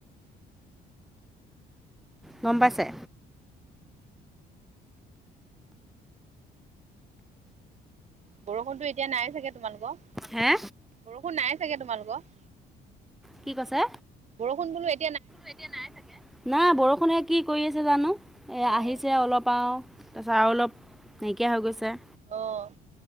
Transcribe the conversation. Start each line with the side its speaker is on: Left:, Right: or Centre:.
Centre: গম পাইছে?
Right: বৰষুণতো এতিয়া নাই চাগে তোমালোকৰ?
Centre: হে
Right: বৰষুণ নাই চাগে তোমালোকৰ?
Centre: কি কৈছে?
Right: বৰষুণ বোলে এ
Centre: তিয়া নাই চাগে? বৰষুণে কি কৰি আছে জানো। এই
Right: অ',
Centre: আহিছে অলপ আৰু, তাৰপিছত আৰু অলপ, নাইকিয়া হৈ গৈছে।
Right: অঁ।